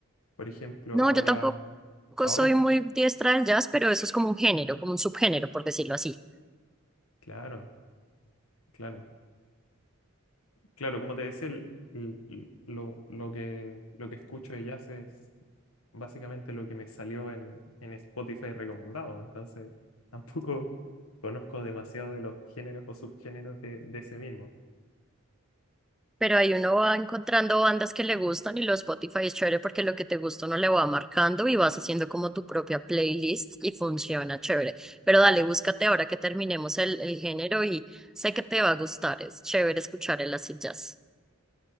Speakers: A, on the left; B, in the centre.
A: Por ejemplo,
B: No,
A: ahora,
B: yo tampoco
A: ahora,
B: soy muy diestra del jazz, pero eso es como un género, como un subgénero, por decirlo así.
A: claro, claro, claro, como te decía, el- el- el- lo, lo que, lo que escucho de jazz es básicamente lo que me salió en, en Spotify recomendado, entonces <laughs> tampoco conozco demasiado de los géneros o subgéneros de, de ese mismo.
B: Pero ahí uno va encontrando bandas que le gustan y los Spotify es chévere porque lo que te gusta uno le va marcando y vas haciendo como tu propia playlist y funciona chévere. Pero dale, búscate ahora que terminemos el, el género y sé que te va a gustar. Es chévere escuchar el acid jazz.